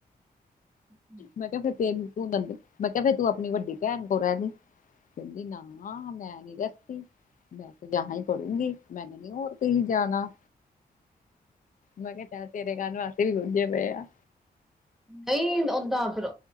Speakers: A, in the centre; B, on the left.
A: ਉਂ ਉਂ। <inaudible>
B: ਮੈਂ ਕਿਹਾ ਫੇਰ ਤੇਨ ਤੂੰ ਨੰਦ ਮੈਂ ਕਿਹਾ ਫੇਰ ਤੂੰ ਅਪਣੀ ਵੱਡੀ ਭੈਣ ਕੋਲ ਰੈਹਲੀ। ਕੈੰਦੀ ਨਾ ਆ ਮੈਂ ਨੀ ਰੈਹਤੀ। ਮੈਂ ਤੋ ਯਾਹਾਂ ਹੀ ਪੜੂਗੀ ਮੈਨੇ ਨੀ ਹੋਰ ਕਹੀ ਜਾਣਾ। ਮੈਂ ਕਿਹਾ ਸੈ਼ਦ ਤੇਰੇ ਕਾਨ ਵੈਸੇ ਵੀ ਰੂੱਜੇ ਪਏ ਆ।
A: ਨਹੀਂ ਓਦਾਂ ਫਿਰ